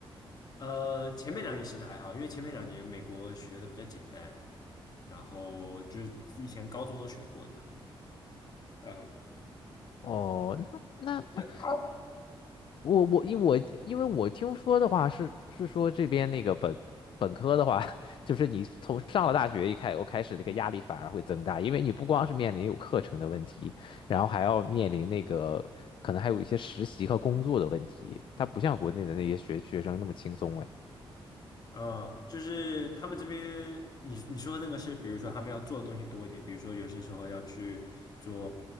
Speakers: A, on the left (about 45°); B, on the left (about 60°).
A: 呃，前面两年其实还好，因为前面两年美国学的比较简单，然后就是以前高中都学过这样。嗯，
B: 哦，那那
A: 那啊，
B: 我我因我因为我听说的话是是说这边那个本本科的话，<laughs> 就是你从上了大学一开我开始那个压力反而会增大，因为你不光是面临有课程的问题，然后还要面临那个可能还有一些实习和工作的问题，它不像国内的那些学学生那么轻松哎。
A: 呃，就是他们这边，你你说的那个是，比如说他们要做的东西多一点，比如说有些时候要去做